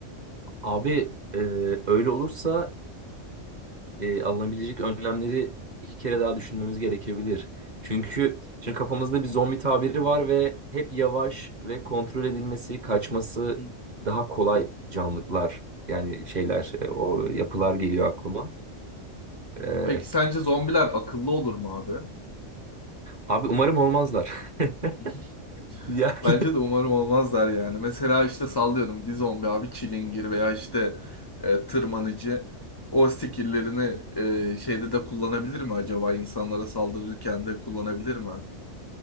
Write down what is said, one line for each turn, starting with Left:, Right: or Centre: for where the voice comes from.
Right: Abi e, öyle olursa e, alınabilecek önlemleri iki kere daha düşünmemiz gerekebilir. Çünkü şimdi kafamızda bir zombi tabiri var ve hep yavaş ve kontrol edilmesi, kaçması
Left: Hı.
Right: daha kolay canlılar yani şeyler, e, o yapılar geliyor aklıma. E,
Left: Peki sence zombiler akıllı olur mu abi?
Right: abi umarım olmazlar. <laughs>
Left: <laughs>
Right: Yani
Left: Bence de umarım olmazlar yani. Mesela işte sallıyorum bir zombi abi çilingir veya işte e, tırmanıcı o skill'lerini e, şeyde de kullanabilir mi acaba insanlara saldırırken de kullanabilir mi?